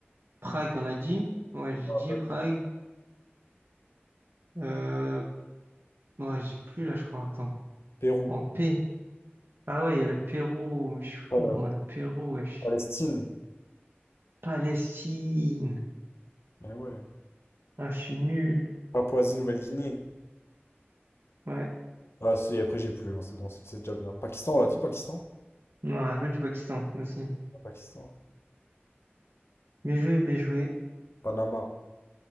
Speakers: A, on the right; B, on the left.
A: Prague, on l'a dit. Ouais, j'ai
B: Ah,
A: dit
B: pas-
A: Prague. Euh... Ouais, j'ai plus là, je crois. Attends.
B: Pérou.
A: En P Ah ouais, il y a le Pérou. Mais je suis
B: Euh,
A: fou, moi, le Pérou, wesh.
B: Palestine.
A: Palestine.
B: Mais ouais.
A: Ah, je suis nul.
B: Papouasie-Nouvelle-Guinée.
A: Ouais.
B: Ah, si, après j'ai plus, hein, c'est bon, c'est c'est déjà bien. Pakistan, on l'a dit, Pakistan?
A: non un peu du Pakistan aussi.
B: Pas Pakistan.
A: Bien joué, bien joué.
B: Panama.